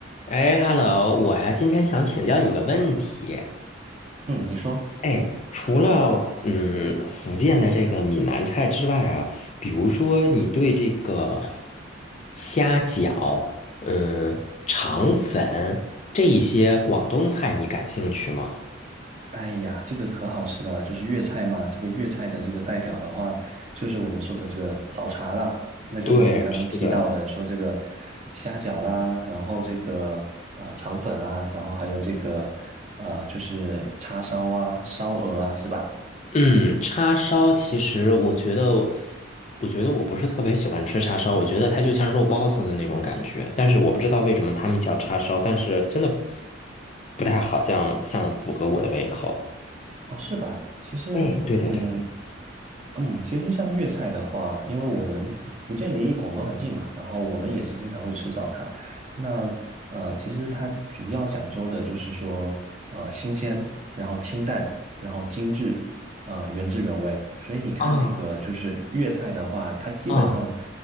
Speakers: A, on the left; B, on the right.
A: 哎，hello，我呀，今天想请教你个问题。
B: 嗯，你说，
A: 哎，除了嗯福建的这个闽南菜之外啊，比如说你对这个虾饺、嗯肠粉这一些广东菜，你感兴趣吗？
B: 哎呀，这个可好吃了，就是粤菜嘛。这个粤菜的这个代表的话，就是我们说的这个早茶了，那就是你刚刚提到的，
A: 对，是的。
B: 说这个虾饺啦，然后这个啊肠粉啊，然后还有这个呃就是叉烧啊、烧鹅啊，是吧？
A: 嗯，叉烧其实我觉得，我觉得我不是特别喜欢吃叉烧，我觉得它就像肉包子的那种感觉，但是我不知道为什么他们叫叉烧，但是真的不太好像像符合我的胃口。
B: 哦，是吧？其实，
A: 嗯，对的，
B: 嗯。
A: 对的。
B: 嗯，其实像粤菜的话，因为我们福福建离广东很近嘛，然后我们也是经常会吃早茶。那呃，其实它主要讲究的就是说，呃，新鲜，然后清淡，然后精致，呃，原汁原味。所以你看那个就是粤菜的话，
A: 啊
B: 它基本上，
A: 啊